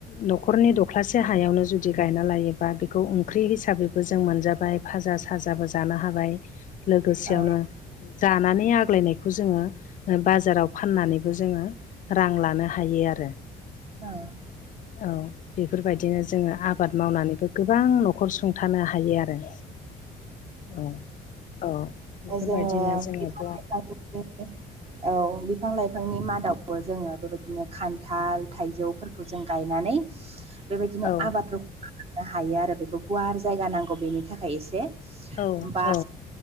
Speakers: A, on the left; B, on the right.
A: न'खरनि दख्लासे हायावनो जुदि गायना लायोबा बेखौ ओंख्रि हिसाबैबो जों मोनजाबाय बाजा साजाबो जानो हाबाय लोगो
B: औ
A: बियावनो जानानै आग्लायनायखौ जोङो बाजाराव फाननानैबो जोङो रां लानो हायो आरो।
B: औ
A: औ बेफोरबायदिनो जोङो आबाद मावनानैबो गोबां न'खर सुंथानो हायो आरो औ औ। बेफोरबायदिनो
B: अ जोङो
A: जोङोथ'
B: <unintelligible> औ बिफां लाइफांनि मादावबो जोङो बेबायदिनो खान्थाल थाइजौफोरखौ जों गायनानै बेबायदिनो
A: औ
B: आबाद नो हायो आरो बेखौ गुवार जायगा नांगौ बेनि थाखाय एसे
A: औ
B: बा
A: औ